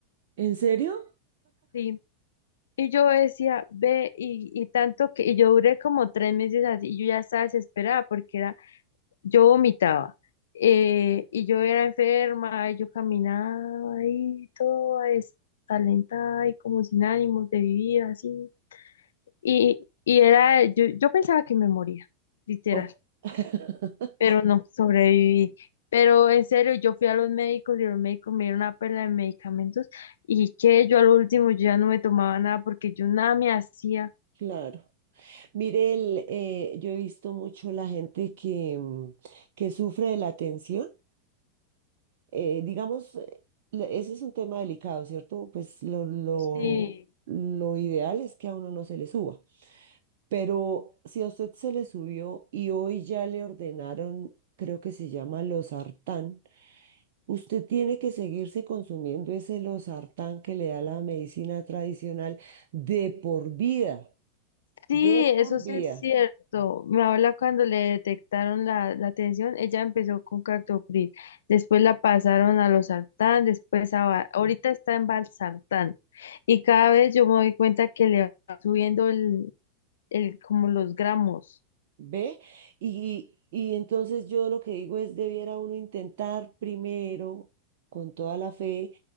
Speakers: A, on the right; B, on the left.
A: ¿En serio?
B: Sí. Y yo decía, ve, y, y tanto que, y yo duré como tres meses así, y yo ya estaba desesperada porque era yo vomitaba. eh, y yo era enferma, y yo caminaba ahí toda destalentada y como sin ánimos de vivir así. Y, y era, yo, yo pensaba que me moría, literal,
A: Oh, <laughs>
B: pero no, sobreviví. Pero en serio, yo fui a los médicos y los médicos me dieron una perla de medicamentos y que yo al último yo ya no me tomaba nada porque yo nada me hacía.
A: claro. Mire, el, eh, yo he visto mucho la gente que, mm, que sufre de la tensión. Eh, digamos, eh, le- ese es un tema delicado, ¿cierto? Pues lo, lo,
B: Sí.
A: lo ideal es que a uno no se le suba, pero si a usted se le subió y hoy ya le ordenaron, creo que se llama losartán, usted tiene que seguirse consumiendo ese losartán que le da la medicina tradicional de por vida,
B: Sí,
A: de por
B: eso sí
A: vida.
B: es cierto. Mi abuela cuando le detectaron la, la tensión, ella empezó con captopril, después la pasaron a los sartán, después a, va- ahorita está en valsartán y cada vez yo me doy cuenta que le va subiendo el, el como los gramos.
A: ¿Ve? Y, y entonces yo lo que digo es, debiera uno intentar primero, con toda la fe,